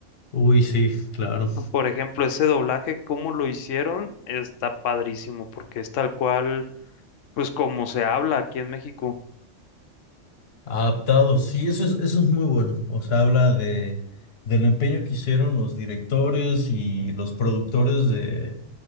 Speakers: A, on the left (about 55°); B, on the left (about 75°).
A: Uy, sí, claro.
B: Por ejemplo, ese doblaje, cómo lo hicieron, está padrísimo porque es tal cual, pues como se habla aquí en México.
A: Adaptado, sí, eso es, eso es muy bueno. O sea, habla de, del empeño que hicieron los directores y los productores de,